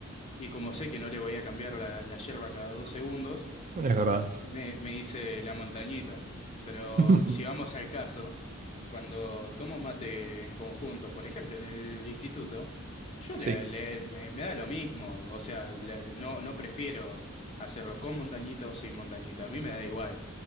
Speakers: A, on the left; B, on the right.
A: Y como sé que no le voy a cambiar la, la yerba cada dos segundos,
B: verdad.
A: me, me hice la montañita. Pero
B: <laughs>
A: si vamos al caso, cuando tomo mate en conjunto, por ejemplo, en el instituto, yo le,
B: Sí.
A: le- me, me da lo mismo. O sea, le- no, no prefiero hacerlo con montañita o sin montañita. A mí me da igual,